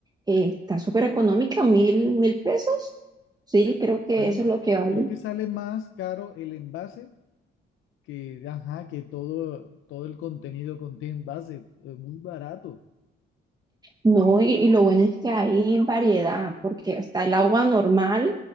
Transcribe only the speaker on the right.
eh, está súper económica, mil, mil pesos. Sí, creo que
eso es lo que vale.
No, y, y lo bueno es que hay variedad, porque está el agua normal,